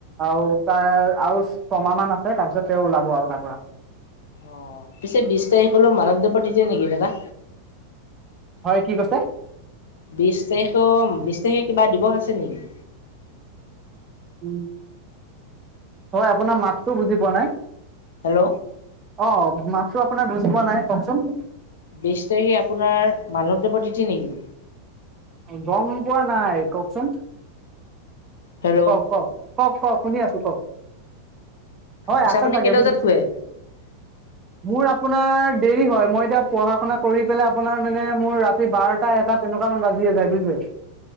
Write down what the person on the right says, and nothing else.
আৰু তাৰ আৰু ছমাহ মান আছে তাৰপিছত তেওঁ ওলাব আৰু তাৰ পৰা।
হয় কি কৈছে?
উম, হয় আপোনাৰ মাতটো বুজি পোৱা নাই।
অ মাতটো আপোনাৰ বুজি পোৱা নাই কওকচোন।
গম পোৱা নাই কওকচোন।
কওক কওক কওক কওক শুনি আছো কওক। হয়
আছে
চাগে
বুজিছে,
মোৰ আপোনাৰ দেৰি হয়, মই এতিয়া পঢ়া শুনা কৰি পেলাই আপোনাৰ মানে মোৰ ৰাতি বাৰটা এটা তেনেকুৱা বাজিয়ে যায় বুইছে।